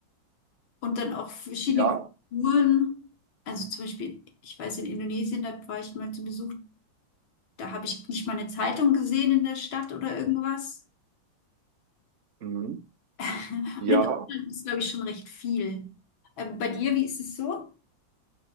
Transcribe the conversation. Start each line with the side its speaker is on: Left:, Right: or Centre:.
Left: Und dann auch verschiedene
Right: Ja,
Left: Kulturen. Also zum Beispiel, ich weiß, in Indonesien, da war ich mal zu Besuch, da habe ich nicht mal eine Zeitung gesehen in der Stadt oder irgendwas.
Right: mhm.
Left: <laughs>
Right: Ja,
Left: Und in Deutschland ist, glaube ich, schon recht viel. Ähm, bei dir, wie ist es so?